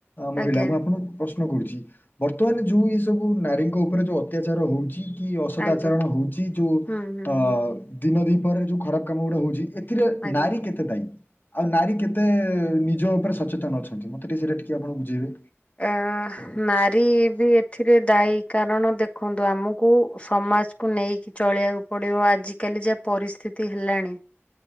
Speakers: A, on the left; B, on the left.
A: ମହିଳା
B: ଆଜ୍ଞା
A: ମୁଁ ଆପଣଙ୍କୁ ପ୍ରଶ୍ନ କରୁଚି? ବର୍ତ୍ତମାନ ଯୋଉ ଏଇ ସବୁ ନାରୀଙ୍କ ଉପରେ ଯୋଉ ଅତ୍ୟାଚାର ହଉଛି କି ଅସଦା
B: ଆଜ୍ଞା
A: ଆଚାରଣ ହଉଛି, ଯୋଉ
B: ହୁଁ ହୁଁ
A: ଅ
B: ହୁଁ ହୁଁ
A: ଦିନ ଦି ପହରରେ ଯୋଉ ଖରାପ କାମ ଗୁଡା ହଉଛି ଏଥି
B: ଆଜ୍ଞା
A: ନାରୀ କେତେ ଦାୟୀ? ଆଉ ନାରୀ କେତେ ନିଜ ଉପରେ ସଚେତନ ଅଛନ୍ତି। ମତେ ଟିକେ ସେଇଟା ଟିକେ ଆପଣ ବୁଝେଇବେ।
B: ଆ ନାରୀ ବି ଏଥିରେ ଦାୟୀ। କାରଣ ଦେଖନ୍ତୁ ଆମକୁ ସମାଜକୁୁ ନେଇକି ଚଳିବାକୁ ପଡିବ ଆଜିକାଲି ଯେ ପରିସ୍ଥିତି ହେଲାଣି